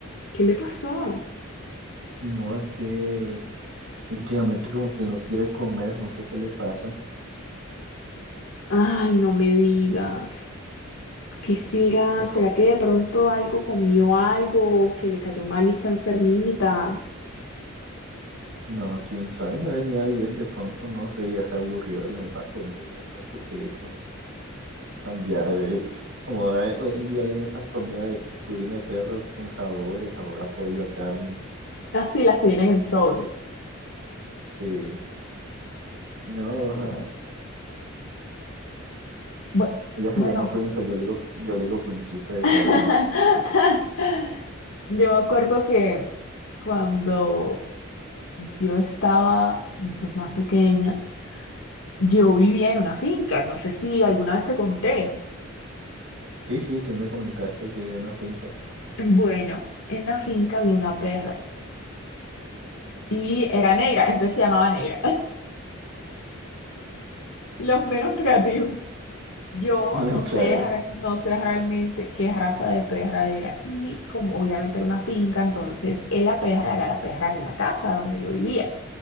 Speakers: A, on the left; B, on the right.
A: ¿Qué le pasó?
B: No, es que últimamente como que no quiere comer, no sé qué le pasa.
A: Ay, no me digas. ¿Qué será?
B: De pronto,
A: ¿Será que de pronto algo comió algo que le cayó mal y está enfermita?
B: no, quién sabe, ya venía bien, de pronto, no sé, ya se aburrió de la misma comida, de pronto quiere como cambiar de... Como ahora, hoy en día vienen esas comidas de purina de perro con sabores, sabor a pollo, a carne.
A: Ah, sí, las que vienen en sobres.
B: Sí, no,
A: Sí.
B: ajá.
A: Bu-
B: Ella se
A: Bueno,
B: llama Queen, pero yo le digo, yo le digo Quinchita de
A: <laughs>
B: cariño.
A: Yo me acuerdo que cuando yo estaba pues, más pequeña, Yo vivía en una finca, no sé si alguna vez te conté.
B: Sí, sí, tú me comentaste que era una finca.
A: Bueno, en la finca había una perra y era negra, entonces se llamaba negra. <laughs> Los menos creativos. Yo
B: <laughs>
A: no sé,
B: Claro,
A: ra- no sé realmente qué raza de perra era. Y como obviamente era una finca, entonces eh, la perra era la perra de la casa donde yo vivía.